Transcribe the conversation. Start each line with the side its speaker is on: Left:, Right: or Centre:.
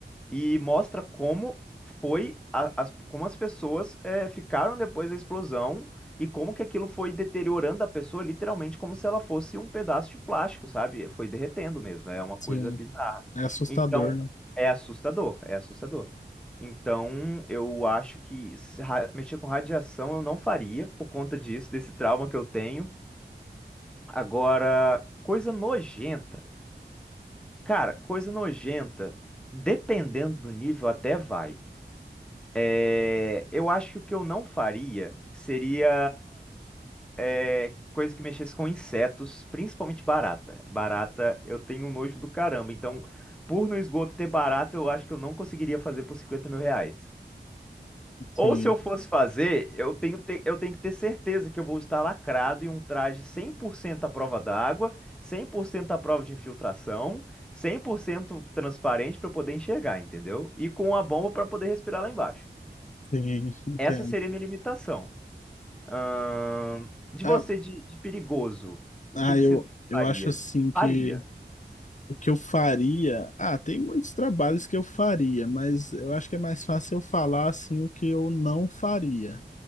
Centre: e mostra como foi a- as, como as pessoas eh, ficaram depois da explosão e como que aquilo foi deteriorando a pessoa literalmente como se ela fosse um pedaço de plástico, sabe? Foi derretendo mesmo, é uma coisa
Left: Sim,
Centre: bizarra.
Left: é assustador,
Centre: Então,
Left: né?
Centre: é assustador, é assustador. Então, eu acho que s- ra- mexer com radiação eu não faria por conta disso, desse trauma que eu tenho. Agora, coisa nojenta. Cara, coisa nojenta, dependendo do nível, até vai. É, eu acho que o que eu não faria seria é, coisa que mexesse com insetos, principalmente barata. Barata, eu tenho um nojo do caramba. Então, por no esgoto ter barata, eu acho que eu não conseguiria fazer por 50 mil reais.
Left: Sim,
Centre: Ou se eu fosse fazer, eu tenho, te- eu tenho que ter certeza que eu vou estar lacrado em um traje 100% à prova d'água, 100% à prova de infiltração, 100% transparente para eu poder enxergar, entendeu? E com a bomba para poder respirar lá embaixo.
Left: sim, <laughs>
Centre: Essa
Left: entendo.
Centre: seria a minha limitação. Ahn, de
Left: Ah,
Centre: você, de, de perigoso, o
Left: ah,
Centre: que que
Left: eu,
Centre: você
Left: eu
Centre: faria?
Left: acho assim que
Centre: Faria.
Left: o que eu faria. Ah, tem muitos trabalhos que eu faria, mas eu acho que é mais fácil eu falar assim o que eu não faria.